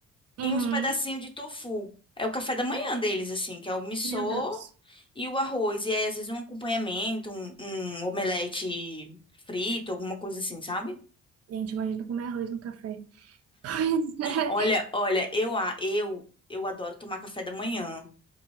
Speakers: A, on the right; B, on the left.
A: Uhum.
B: e uns pedacinhos de tofu. É o café da manhã deles assim, que é o miso
A: Meu Deus.
B: e o arroz. E aí às vezes um acompanhamento, um, um omelete frito, alguma coisa assim, sabe?
A: Gente, imagina comer arroz no café. <laughs> Pois é,
B: Olha, olha, eu a eu eu adoro tomar café da manhã.